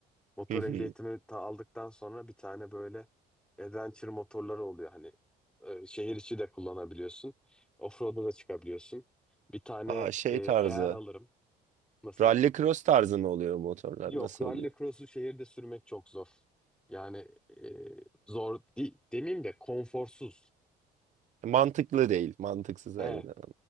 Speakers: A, in the centre; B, on the right.
A: Motor
B: Hı hı.
A: ehliyetimi ta aldıktan sonra bir tane böyle adventure motorları oluyor. Hani e, şehir içi de kullanabiliyorsun. Offroad'a da çıkabiliyorsun. Bir tane
B: Aa, şey
A: e, eğer
B: tarzı.
A: alırım. Nasıl?
B: rally cross tarzı mı oluyor motorlar?
A: Yok,
B: Nasıl
A: rally
B: oluyor?
A: cross'u şehirde sürmek çok zor. Yani e, zor değil, demeyeyim de konforsuz.
B: Mantıklı değil. Mantıksız
A: Evet.
B: aynı zamanda.